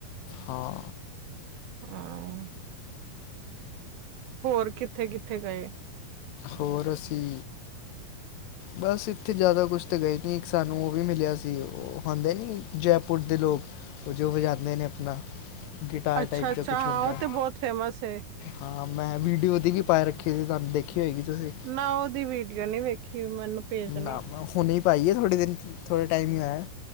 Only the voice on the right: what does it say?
<unintelligible> ਹੋਰ ਕਿੱਥੇ ਕਿੱਥੇ ਗਏ?
ਅੱਛਾ
ਅੱਛਾ
ਹਾਂ
ਉਹ ਤੇ ਬਹੁਤ ਫੇਮਸ ਹੈ
ਨਾ ਉਹਦੀ ਵੀਡੀਓ ਨੀ ਵੇਖੀ ਮੈਨੂੰ ਭੇਜਣਾ